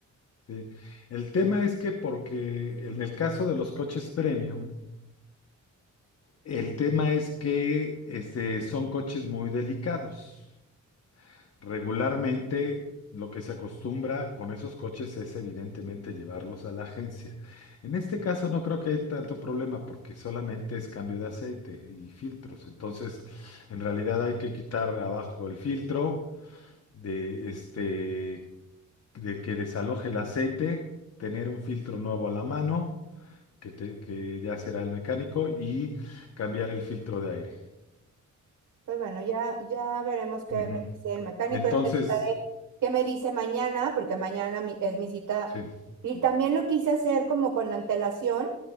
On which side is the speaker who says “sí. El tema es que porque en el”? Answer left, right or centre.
Left